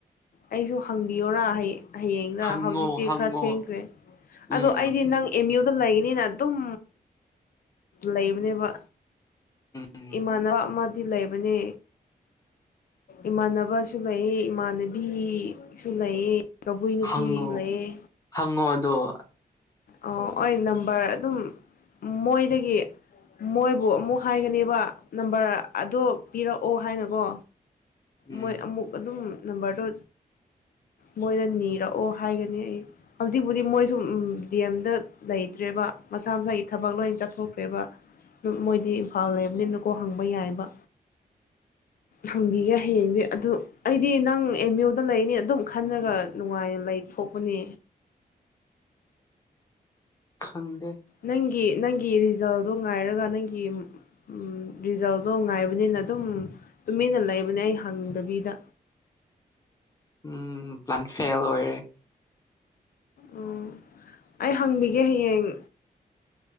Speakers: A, on the left; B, on the left.
A: ꯑꯩꯁꯨ ꯍꯪꯕꯤꯌꯔ ꯍꯌꯦꯡꯔ
B: ꯍꯪꯉꯣ
A: ꯍꯧꯖꯤꯛꯇꯤ
B: ꯍꯪꯉꯣ
A: ꯈꯔ ꯊꯦꯡꯈ꯭ꯔꯦ
B: ꯎꯝ
A: ꯑꯗꯣ ꯑꯩꯗꯤ ꯅꯪ ꯑꯦꯝ ꯌꯨꯗ ꯂꯩꯒꯅꯤꯅ ꯑꯗꯨꯝ ꯂꯩꯕꯅꯦꯕ
B: ꯎꯝ
A: ꯏꯃꯥꯟ ꯁꯤ ꯂꯩꯕꯅꯦ ꯏꯃꯥꯟꯅꯕꯁꯨ ꯂꯩ ꯏꯃꯥꯟꯅꯕꯤ ꯁꯨ ꯂꯩꯑ ꯀꯕꯨꯏ ꯅꯨꯄꯤ
B: ꯍꯪꯉꯣ
A: ꯂꯩꯑ
B: ꯍꯪꯉꯣ ꯑꯗꯨꯣ
A: ꯑ ꯍ ꯅꯝꯕꯔ ꯑꯗꯨꯝ ꯃꯣꯏꯗꯒꯤ ꯃꯣꯏꯕꯨ ꯑꯃꯨꯛ ꯍꯥꯏꯒꯅꯦꯕ ꯅꯝꯕꯔ ꯑꯗꯣ ꯄꯤꯔꯛꯑꯣ ꯍꯥꯏꯅꯀꯣ
B: ꯎꯝ
A: ꯃꯣꯏ ꯑꯃꯨꯛ ꯑꯗꯨꯝ ꯅꯝꯕꯔꯗꯣ ꯃꯣꯏꯅ ꯅꯤꯔꯛꯑꯣ ꯍꯥꯏꯒꯅꯤ ꯑꯩ ꯍꯧꯖꯤꯛꯄꯨꯗꯤ ꯃꯣꯏꯁꯨ ꯗꯤ ꯑꯦꯝꯗ ꯂꯩꯇ꯭ꯔꯦꯕ ꯃꯁꯥ ꯃꯁꯥꯒꯤ ꯊꯕꯛ ꯂꯣꯏ ꯆꯠꯊꯣꯛꯈ꯭ꯔꯦꯕ ꯃꯣꯏꯗꯤ ꯏꯝꯐꯥꯜ ꯂꯩꯕꯅꯤꯅꯀꯣ ꯍꯪꯕ ꯌꯥꯏꯕ ꯍꯪꯕꯤꯒꯦ ꯍꯌꯦꯡꯗꯤ ꯑꯗꯣ ꯑꯩꯗꯤ ꯅꯪ ꯑꯦꯝ ꯌꯨꯗ ꯂꯩꯅꯤ ꯑꯗꯨꯝ ꯈꯔꯒ ꯅꯨꯡꯉꯥꯏꯅ ꯂꯩ ꯊꯣꯛꯄꯅꯦ
B: ꯈꯪꯗꯦ
A: ꯅꯪꯒꯤ ꯅꯪꯒꯤ ꯔꯤꯖꯜꯗꯣ ꯉꯥꯏꯔꯒ ꯅꯪꯒꯤ ꯎꯝ ꯔꯤꯖꯜꯗꯣ ꯉꯥꯏꯕꯅꯤꯅ ꯑꯗꯨꯝ ꯇꯨꯃꯤꯟꯅ ꯂꯩꯕꯅꯦ ꯑꯩ ꯍꯪꯗꯕꯤꯗ
B: ꯎꯝ ꯄ꯭ꯂꯥꯟ ꯐꯦꯜ ꯑꯣꯏꯔꯦ
A: ꯑꯣ ꯑꯩ ꯍꯪꯕꯤꯒꯦ ꯍꯌꯦꯡ